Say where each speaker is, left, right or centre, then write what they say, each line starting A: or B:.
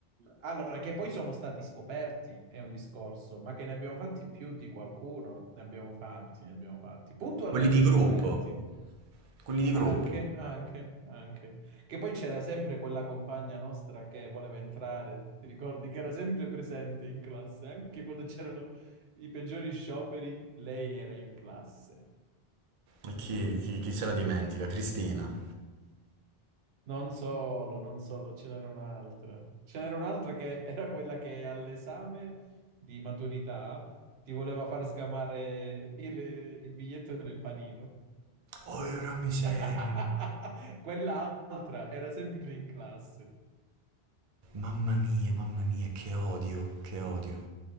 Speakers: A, on the right; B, on the right.
A: Allora, che poi sono stati scoperti è un discorso, ma che ne abbiamo fatti più di qualcuno, ne abbiamo fatti, ne abbiamo fatti, puntualmente
B: Quelli di gruppo,
A: scoperti.
B: quelli di gruppo.
A: Anche, anche, anche. Che poi c'era sempre quella compagna nostra che voleva entrare, ti ricordi che era sempre presente in classe, anche quando c'erano i peggiori scioperi, lei era in classe.
B: E chi, chi chi se la dimentica? Cristina.
A: Non solo, non solo, ce n'era un'altra. Ce n'era un'altra che era quella che all'esame di maturità ti voleva far sgamare il, il biglietto nel panino.
B: Oh, la miseria.
A: <laughs> Quell'altra era sempre in classe.
B: Mamma mia, mamma mia, che odio, che odio.